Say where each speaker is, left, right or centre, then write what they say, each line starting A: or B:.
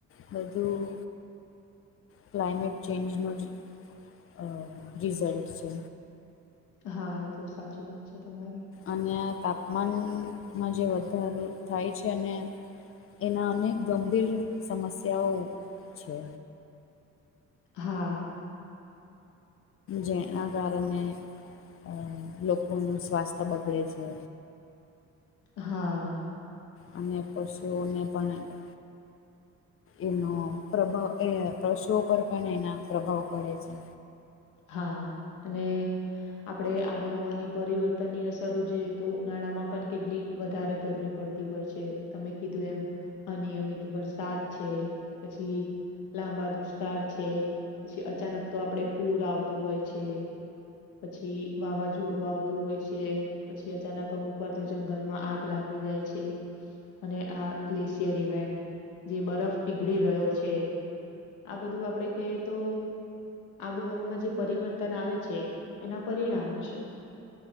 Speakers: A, on the left (about 45°); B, on the left (about 85°).
A: બધું ક્લાઇમેટ ચેન્જનો જ અહ રિઝલ્ટ છે.
B: હા, એ તો સાચી વાત છે તમારી.
A: અને આ તાપમાનમાં જે વધારો થાય છે, અને એના અનેક ગંભીર સમસ્યાઓ છે.
B: હા.
A: જેના કારણે અ લોકોનું સ્વાસ્થ્ય બગડે છે.
B: હા.
A: અને પશુઓને પણ એ એનો પ્રભાવ એ પશુઓ પર પણ એના પ્રભાવ પડે છે.
B: હા. અને આપણે આબોહવાની પરિવર્તન ની અસરો જોઈએ તો ઉનાળામાં પણ કેટલી વધારે ગરમી પડ તી હોય છે તમે કીધું એમ અનિયમિત વરસાદ છે પછી લાંબા દુષ્કાળ છે પછી અચાનક તો આપડે પૂર આવતું હોય છે. પછી વાવાઝોડું આવતું હોય છે. પછી અચાનક અમુક વાર તો જંગલમાં આગ લાગી જાય છે. અને આ ગ્લેશિયર ઇવેન્ટ જે બરફ પીગળી રહ્યો છે. આ બધું આપડે કહીએ તો આબોહવામાં જે પરિવર્તન આવે છે એના પરિણામો છે.